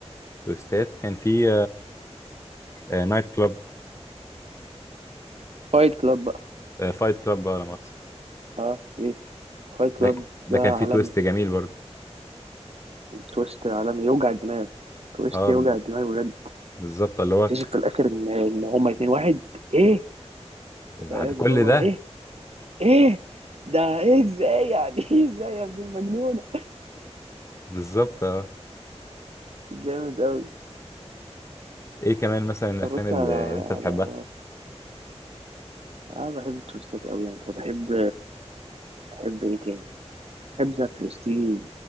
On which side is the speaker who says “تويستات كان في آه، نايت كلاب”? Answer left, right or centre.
Left